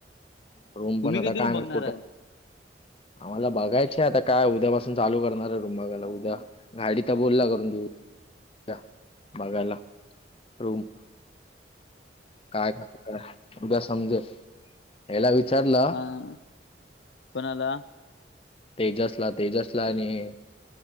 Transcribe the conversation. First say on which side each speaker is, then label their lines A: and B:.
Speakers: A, on the left (about 30°); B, on the left (about 75°).
A: रूम पण
B: तुम्ही
A: आता
B: कधी
A: काय
B: रूम बघणार
A: माहित कुठ
B: आहात
A: आम्हाला बघायचे आता काय उद्यापासून चालू करणार आहे रूम बघायला उद्या गाडीत तर बोलला करून देऊ <unintelligible> बघायला रूम. काय कसं काय उद्या समजेल हेला विचारलं.
B: हं कोणाला?
A: तेजसला, तेजसला आणि